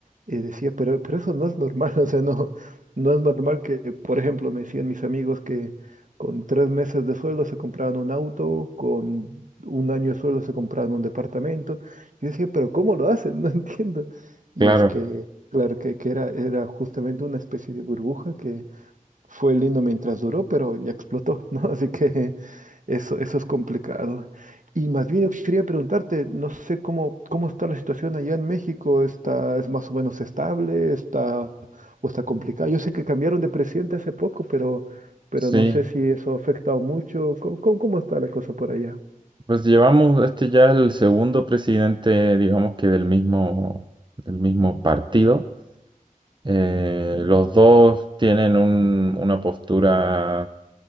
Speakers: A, on the right (about 65°); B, on the right (about 35°).
A: eh, decía, pero, pero eso no es normal, <laughs> o sea, no, no es normal que, por ejemplo, me decían mis amigos que con tres meses de sueldo se compraban un auto, con un año de sueldo se compraban un departamento. Yo decía, pero ¿cómo lo hacen? <laughs> No entiendo. Y
B: claro,
A: es que, claro, que, que era, era justamente una especie de burbuja fue lindo mientras duró, pero ya explotó, ¿no? <laughs> Así que eso, eso es complicado. Y más bien yo quería preguntarte, no sé cómo, cómo está la situación allá en México, ¿está, es más o menos estable, está, o está complicada? Yo sé que cambiaron de presidente hace poco, pero, pero
B: sí.
A: no sé si eso ha afectado mucho. ¿Cómo, cómo- cómo está la cosa por allá?
B: Pues llevamos este ya el segundo presidente, digamos que del mismo, del mismo
A: Ujú,
B: partido. Eh,
A: ujú,
B: los dos tienen un- una postura